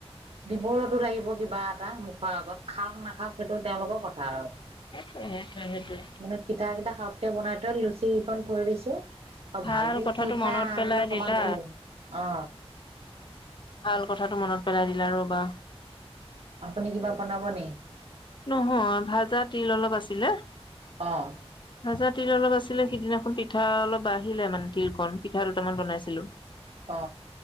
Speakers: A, on the right; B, on the left.
A: দিবলৈতো লাগিব কিবা এটা মুখৰ আগত খাওক নাখাওক সেইটো তেওঁলোকৰ কথা আৰু।
B: সেইটোৱে
A: মানে পিঠা কেইটা খাওতকে বনাই থৈ লুচি কেইখন থৈ দিছো। অ
B: ভাল
A: ভাজি
B: কথাটো
A: কি খাই
B: মনত
A: আনিলে
B: পেলাই
A: অকমান
B: দিলা
A: বনাই দিম অ
B: ভাল কথাতো মনত পেলাই দিলা ৰ বা
A: আপুনি কিবা বনাব নে
B: নহয় ভাজা তিল অলপ আছিলে।
A: অ
B: আজা তিল অলপ আছিলে সিদিনাখন পিঠা অলপ বাঢ়িলে মানে তিলখন পিঠা দুটামান বনাইছিলো।
A: অ